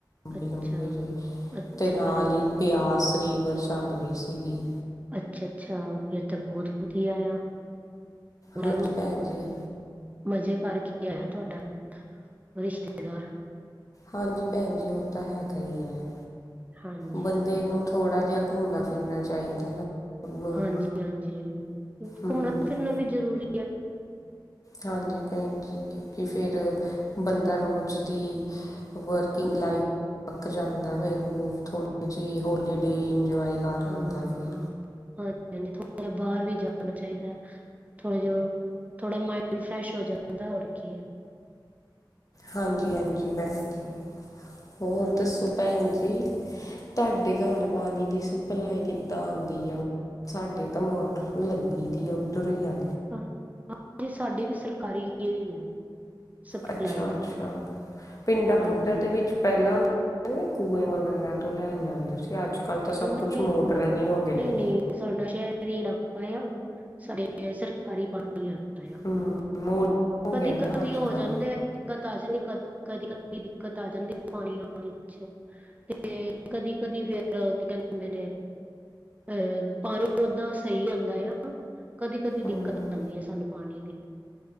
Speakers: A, on the left; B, on the right.
A: ਲੰਬੇ-ਲੰਬੇ
B: ਅੱਛਾ
A: ਜੇ
B: ਅੱਛਾ
A: ਤੇ ਨਾਲ
B: ਭੈਣ
A: ਹੀ
B: ਜੀ
A: ਪਿਆਸ ਰੀਵਰ ਚੱਲ ਰਹੀ ਸੀ ਗੀ।
B: ਅੱਛਾ-ਅੱਛਾ ਫਿਰ ਤਾਂ ਬਹੁਤ ਵਧੀਆ ਆ। ਪੂਰੇ
A: ਹਾਂਜੀ ਭੈਣ ਜੀ।
B: ਮਜ਼ੇ ਕਰਕੇ ਆਇਆ ਤੁਹਾਡਾ ਰਿਸ਼ਤੇਦਾਰ।
A: ਹਾਂਜੀ ਭੈਣ ਜੀ ਉਹ ਤਾਂ ਹੈਗਾ ਹੀ ਹੈ
B: ਹਾਂਜੀ
A: ਬੰਦੇ ਨੂੰ, ਥੋੜਾ ਜਿਹਾ ਘੁੰਮਣਾ ਫਿਰਨਾ ਚਾਹੀਦਾ ਨਾ। ਉਹਨੂੰ
B: ਹਾਂਜੀ-ਹਾਂਜੀ ਜ਼ਰੂਰ
A: ਹਮ
B: ਘੁੰਮਣਾ ਫਿਰਨਾ ਵੀ ਜ਼ਰੂਰੀ ਹੈ।
A: ਹਾਂਜੀ ਭੈਣ ਜੀ ਕਿਉਂਕਿ ਫੇਰ ਬੰਦਾ ਰੋਜ਼, ਵਿੱਚ ਦੀ ਵਰਕਿੰਗ ਲਾਈਫ ਅੱਕ ਜਾਂਦਾ ਫਿਰ ਉਹ ਥੋੜ੍ਹੀ ਜਿਹੀ ਹੋਲੀਡੇ ਇੰਜੋਏ ਕਰ
B: ਹਾਂ,
A: ਆਉਂਦਾ ਫਿਰ,
B: ਹਾਂਜੀ-ਹਾਂਜੀ ਥੋੜਾ ਜਿਹਾ ਬਾਹਰ ਵੀ ਜਾਣਾ ਚਾਹੀਦਾ, ਥੋੜਾ ਜਿਹਾ ਥੋੜਾ ਮਾਇੰਡ ਫਰੈਸ਼ ਹੋ ਜਾਂਦਾ ਹੋਰ ਕੀ ਹੈ,
A: ਹਾਂਜੀ-ਹਾਂਜੀ ਬੈ ਜੀ ਹੋਰ ਦੱਸੋ ਭੈਣ ਜੀ, ਤੁਹਾਡੇ ਘਰ ਪਾਣੀ ਦੀ ਸਪਲਾਈ ਕਿੱਦਾਂ ਆਦੀ ਆ? ਸਾਡੇ ਤਾਂ ਮੋਟਰ ਲੱਗੀ ਦੀ ਆ ਉੱਧਰ ਹੀ ਆ
B: ਹਾਂ, ਹਾਂਜੀ ਸਾਡੇ ਵੀ ਸਰਕਾਰੀ ਔ ਹੀ ਹੈ। ਸਪਲਾਈ
A: ਅੱਛਾ-ਅੱਛਾ ਪਿੰਡਾਂ-ਪੁੰਡਾਂ
B: ਹਾਂਜੀ।
A: ਦੇ ਵਿੱਚ ਪਹਿਲਾਂ ਕ ਕੂਏ ਵਗੈਰਾ ਤੋਂ ਲੈਣ ਜਾਂਦੇ ਸੀ, ਅੱਜ-ਕੱਲ ਤਾਂ ਸਭ
B: ਨਹੀਂ,
A: ਕੁਛ ਮੋਡਰਨ ਹੀ ਹੋ ਗਿਆ।
B: ਨਹੀਂ-ਨਹੀਂ ਸਾਡਾ ਸ਼ਹਿਰ ਹੀ ਇਲਾਕਾ ਆ ਸਾਡੇ ਕਦੀ ਪਾਣੀ ਆਦਾ ਆ
A: ਹਮ ਮੋਡਰਨ ਹੋ
B: ਕਦੀ-ਕਦੀ
A: ਗਿਆ ਨਾ ਅੱਜ
B: ਹੋ
A: ਕੱਲ
B: ਜਾਂਦਾ। ਦਿੱਕਤ ਆ ਜਾਂਦੀ, ਕਦੀ-ਕਦੀ-ਕਦੀ ਦਿੱਕਤ ਆ ਜਾਂਦੀ ਪਾਣੀ ਆਣ ਵਿੱਚ ਤੇ ਕਦੀ-ਕਦੀ ਫਿਰ ਤੇ ਕੀ ਕਹਿੰਦੇ ਹੁੰਦੇ ਨੇ ਅਹ ਪਾਣੀ ਓਦਾਂ ਸਹੀ ਆਉਂਦਾ ਆ। ਕਦੀ-ਕਦੀ
A: ਹਮ
B: ਦਿੱਕਤ ਆਦੀ ਹੈ ਸਾਨੂੰ ਪਾਣੀ ਦੀ,